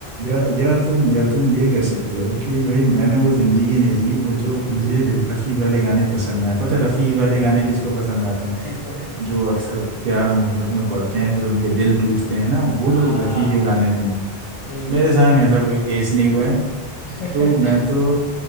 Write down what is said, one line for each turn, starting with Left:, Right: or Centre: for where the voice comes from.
Right: या या तुम या तुम ये कह सकते हो कि भाई मैंने वो जिंदगी नहीं जी वो जो मुझे र- रफ़ी वाले गाने पसंद आए पता है रफ़ी वाले गाने किसको पसंद आते हैं
Left: इसको
Right: जो अक्सर प्यार मोहब्बत में पड़ते हैं फिर उनके दिल टूटते हैं ना वो
Left: हाँ
Right: लोग रफ़ी के गाने सुनते हैं।
Left: यही
Right: मेरे
Left: है
Right: संग ऐसा कोई केस नहीं हुआ है
Left: <laughs>
Right: तो मैं तो